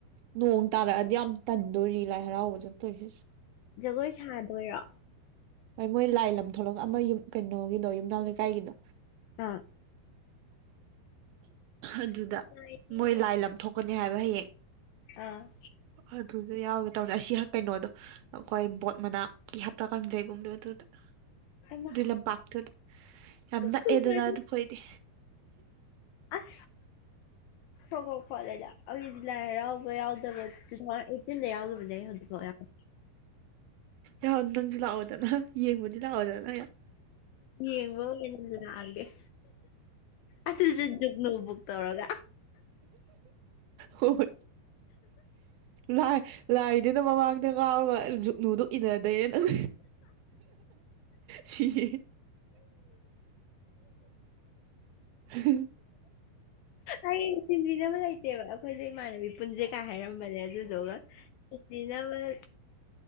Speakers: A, on the right; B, on the left.
A: ꯅꯣꯡ ꯇꯥꯔꯛꯑꯗꯤ ꯌꯥꯝ ꯇꯟꯗꯣꯔꯤ ꯂꯥꯏ ꯍꯔꯥꯎꯕ ꯆꯠꯇꯣꯏꯁꯤꯁꯨ
B: ꯖꯒꯣꯏ ꯁꯥꯗꯣꯏꯔꯣ
A: ꯍꯣꯏ ꯃꯣꯏ ꯂꯥꯏ ꯂꯝ ꯊꯣꯛꯂꯛꯑꯒ ꯑꯃ ꯌꯨꯝ ꯀꯩꯅꯣꯒꯤꯗꯣ ꯌꯨꯝꯅꯥꯎ ꯂꯩꯀꯥꯏꯒꯤꯗꯣ
B: ꯑ
A: ꯑꯗꯨꯗ
B: ꯁꯉꯥꯏꯗꯤ
A: ꯃꯣꯏ ꯂꯥꯏ ꯂꯝ ꯊꯣꯛꯀꯅꯤ ꯍꯥꯏꯕ ꯍꯌꯦꯡ
B: ꯑꯥ
A: ꯑꯗꯨꯗ ꯌꯥꯎꯒꯦ ꯇꯧꯅꯦ ꯑꯁꯤ ꯍꯛ ꯀꯩꯅꯣꯗꯣ ꯑꯩꯈꯣꯏ ꯕꯣꯠ ꯃꯅꯥꯛꯀꯤ ꯍꯞꯇꯥ ꯀꯥꯡꯖꯩꯕꯨꯡꯗꯣ ꯑꯗꯨꯗ
B: ꯍꯩꯃꯥ
A: ꯑꯗꯨꯏ ꯂꯝꯄꯥꯛꯇꯨꯗ ꯌꯥꯝ ꯅꯛꯑꯦꯗꯅ
B: ꯁꯉꯥꯏ
A: ꯑꯗꯨ ꯈꯣꯏꯗꯤ
B: ꯑꯁ ꯈ꯭ꯔꯣ ꯈ꯭ꯔꯣ ꯈꯣꯠꯂꯦꯗ ꯑꯩꯒꯤꯗꯤ ꯂꯥꯏ ꯍꯔꯥꯎꯕ ꯌꯥꯎꯗꯕ ꯇꯨꯊꯥꯎꯖꯟ ꯑꯩꯠꯇꯤꯟꯗ ꯌꯥꯎꯗꯕꯅꯦ ꯍꯧꯖꯤꯛꯐꯥꯎ
A: ꯌꯥꯎ ꯅꯪꯖꯨ ꯂꯥꯛꯑꯣꯗꯅ ꯌꯦꯡꯕꯗꯤ ꯂꯥꯛꯑꯣꯗꯅ
B: ꯌꯦꯡꯕ ꯑꯣꯏꯅ ꯂꯥꯛꯑꯒꯦ ꯑꯗꯨꯖꯨ ꯖꯨꯒꯨꯅꯨꯛ ꯕꯨꯛ ꯇꯧꯔꯒ
A: ꯍꯣꯏ ꯂꯥꯏ ꯂꯥꯏꯗꯨꯅ ꯃꯃꯥꯡꯗ ꯉꯥꯎꯔꯒ ꯖꯨꯛꯅꯨꯗꯨ ꯏꯟꯅꯗꯣꯏꯅꯦ ꯅꯪ ꯁꯤꯑꯦ <unintelligible>
B: ꯑꯩ ꯊꯤꯟꯕꯤꯅꯕ ꯂꯩꯇꯦꯕ ꯑꯩꯈꯣꯏꯖꯦ ꯏꯃꯥꯟꯅꯕꯤ ꯄꯨꯟꯖꯦ ꯀꯥꯏ ꯍꯥꯏꯔꯝꯕꯅꯦ ꯑꯗꯨꯗꯨꯒ ꯎꯄꯤꯅꯕꯅ